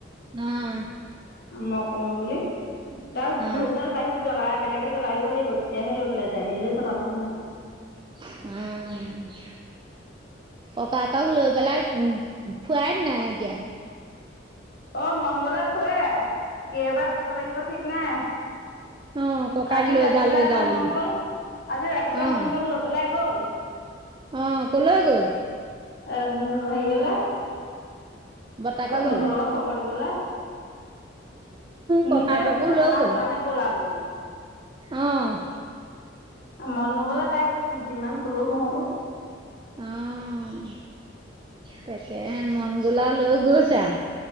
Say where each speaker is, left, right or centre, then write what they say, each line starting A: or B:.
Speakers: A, on the right; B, on the left.
A: উম।
B: মই কৰোম বুলি, তাক
A: অ
B: ধূপডাল বাহিৰত জ্বলাই বেলেগে জ্বলাই দিব লাগিব তেতিয়াহে লৈ পেলাই যায় নিজে জ্বলাব নোৱাৰে।
A: উম। ককাক লৈ পেলাই উম, ফুৰাই নাই এতিয়া?
B: অ' মন গ'লে ফুৰে, কেইবাৰ ক'ব লাগিব ঠিক নাই।
A: অ ককাক
B: আজি
A: লৈ
B: ৰাতিপুৱাই
A: যা লৈ
B: আকৌ
A: যা বুলি
B: মন গ'ল, আজি ৰাতিপুৱাই
A: অ
B: মন গ'ল লৈ পেলাই গ'ল।
A: অ' ক'লৈ গ'ল?
B: <unintelligible> হেৰিয়লে।
A: বৰ্তাকৰ
B: <unintelligible>
A: ঘৰলে
B: খবৰ দিবলে।
A: ককাককো
B: নিজেই সুধিছে
A: লৈ
B: ককা
A: গ'ল
B: যোৱা নে ব'লা বুলি।
A: অ'।
B: মন নগ'লে তাই যিমান ক'লেও নহ'ব।
A: অ' তাকেহে মন গ'ল আৰু লৈ গৈছে আৰু।